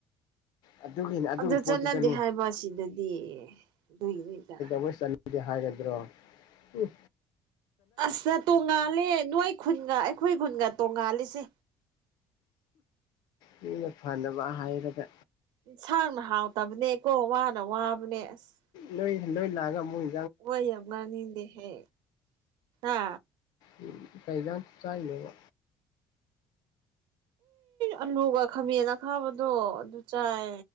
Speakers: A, on the left; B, on the right.
A: ꯑꯗꯨꯒꯤꯅꯦ ꯑꯗꯨꯒꯤ
B: ꯑꯗꯨ
A: ꯄꯣꯠꯇꯨꯗꯅꯦ
B: ꯆꯠꯅꯗꯦ ꯍꯥꯏꯕ ꯑꯁꯤꯗꯗꯤ ꯑꯗꯨꯨꯏꯉꯩꯗ
A: ꯃꯣꯏ ꯆꯠꯅꯤꯡꯗꯦ ꯍꯥꯏꯒꯗ꯭ꯔꯣ ꯎ
B: ꯑꯁꯅ ꯇꯣꯡꯉꯥꯜꯂꯦ ꯅꯣꯏ ꯈꯨꯟꯒ ꯑꯩꯈꯣꯏ ꯈꯨꯟꯒ ꯇꯣꯡꯉꯥꯜꯂꯤꯁꯦ
A: ꯃꯤꯅ ꯐꯅꯕ ꯍꯥꯏꯔꯒ
B: ꯌꯦꯟꯁꯥꯡꯅ ꯍꯥꯎꯇꯕꯅꯦ ꯀꯣ ꯋꯥꯅ ꯋꯥꯕꯅꯦ ꯑꯁ
A: ꯂꯣꯏ ꯂꯣꯏ ꯂꯥꯛꯑꯒ ꯃꯨꯣꯏ
B: ꯃꯣꯏ ꯌꯥꯝꯒꯅꯤꯗꯦ ꯍꯦ ꯑ
A: ꯎꯝ ꯀꯩꯖꯥꯟꯁꯨ ꯆꯥꯏꯅꯦꯕ
B: ꯑꯂꯨꯒ ꯈꯥꯝꯃꯦꯅ ꯈꯥꯕꯗꯣ ꯑꯗꯨ ꯆꯥꯏ